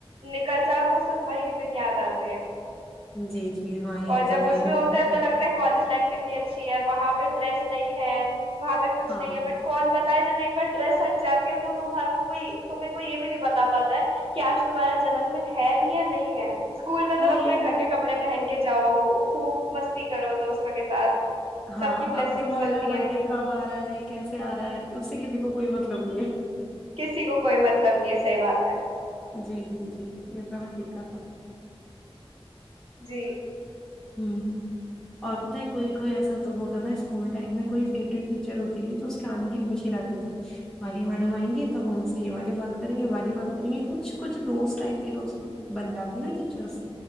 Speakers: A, on the right (about 70°); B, in the centre.
A: نکل جاؤ تو سب وہی دن یاد آتے ہیں
B: جی جی ہاں یہ
A: اور
B: تو
A: جب
B: ہے
A: اس
B: ہی دیکھو
A: میں ہوتا ہے تو لگتا ہے کالج لائف کتنی اچھی ہے وہاں پہ <unintelligible> وہاں پہ کچھ
B: ہاں
A: نہیں ہے بٹ کون بتا جب ایک بار ڈریس ہٹ جاتی ہو تو تمہارے کو کوئی تمہیں کوئی یہ بھی نہیں بتا پاتا ہے کہ آج تمہارا جنم دن ہے بھی یا نہیں ہے اسکول میں
B: ہاں
A: تو اپنے
B: یار
A: گھر کے کپڑے پہن جاؤ خوب مستی کرو دوستوں کے ساتھ
B: ہاں
A: سب کی بلیسنگس
B: اب تمہارا
A: ملتی
B: برڈے
A: ہیں
B: کب آ رہا ہے کیسے آ رہا ہے اس سے کسی کو کوئی مطلب نہیں ہے
A: کسی کو کوئی مطلب نہیں ہے صحیح بات ہے
B: جی جی جی یہ تو حقیقت ہے
A: جی
B: ہ اور پتا ہے کوئی کوئی ایسا تو ہوتا تھا اسکول ٹائم میں کوئی فیورٹ ٹیچر ہوتی تھی تو اس کے آنے کی خوشی رہتی تھی والی میڈم آئیں گے تو ہم ان سے یہ والی بات کریں گے والی بات کریں گے کچھ کچھ دوست ٹائپ کی دوست بن جاتی ہے نا ٹیچرس